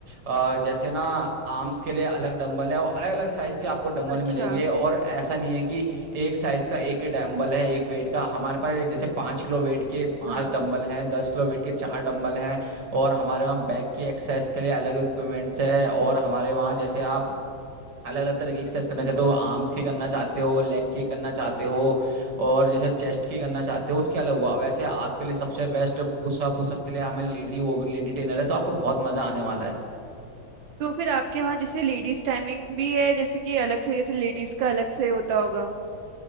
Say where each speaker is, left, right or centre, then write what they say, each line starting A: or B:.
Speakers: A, on the right; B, on the right.
A: अ, जैसे ना आर्म्स के लिए अलग डंबल है और अलग अलग साइज के आपको डंबल
B: अच्छा
A: मिलेंगे और ऐसा नहीं है कि एक साइज का एक ही डंबल है एक वेट का हमारे पास जैसे पाँच किलो वेट के पांच
B: हाँ
A: डंबल हैं दस किलो वेट के चार डंबल हैं और हमारे वहाँ बैक की एक्सरसाइज के लिए अलग इक्विपमेंट्स है और हमारे वहाँ जैसे आप अलग अलग तरह की एक्सरसाइज करना चाहते हो आर्म्स की करना चाहते हो लेग की करना चाहते हो और जैसे चेस्ट की करना चाहते हो उसके अलग हुआ वैसे आपके लिए सबसे बेस्ट पुशअप पुशअप के लिए हमें लेडी वो भी लेडी ट्रेनर है तो आपको बहुत मजा आने वाला है
B: तो फिर आपके वहाँ जैसे लेडीज टाइमिंग भी है जैसे कि अलग से जैसे लेडीज का अलग से होता होगा